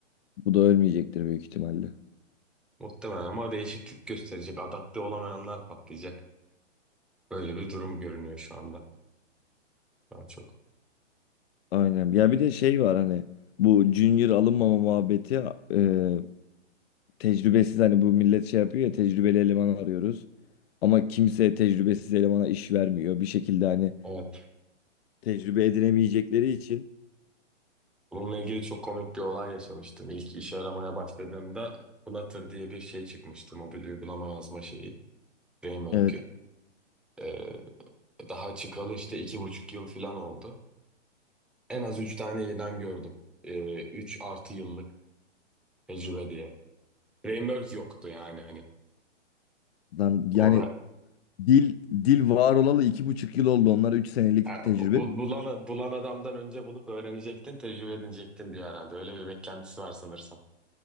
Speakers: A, on the left (about 60°); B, in the centre.
A: Bu da ölmeyecektir büyük ihtimalle.
B: Muhtemelen ama değişiklik gösterecek. Adapte olamayanlar patlayacak. Böyle bir durum görünüyor şu anda daha çok.
A: Aynen. Ya bir de şey var hani bu junior alınmama muhabbeti e, tecrübesiz hani bu millet şey yapıyor ya tecrübeli eleman arıyoruz. Ama kimse tecrübesiz elemana iş vermiyor. Bir şekilde hani
B: Evet.
A: tecrübe edinemeyecekleri için.
B: Bununla ilgili çok komik bir olay yaşamıştım. İlk iş aramaya başladığımda Flutter diye bir şey çıkmıştı. Mobil uygulama yazma şeyi. Framework'ü.
A: Evet
B: Ee, daha çıkalı işte iki buçuk yıl falan oldu. En az üç tane ilan gördüm. Ee, üç artı yıllık tecrübe diye. Framework yoktu yani hani.
A: lan yani
B: O da
A: dil dil var olalı iki buçuk yıl oldu. Onlar üç senelik
B: ha,
A: tecrübe.
B: bu- bulan, bulan adamdan önce bulup öğrenecektin, tecrübe edinecektin diyor herhalde. Öyle bir beklentisi var sanırsam.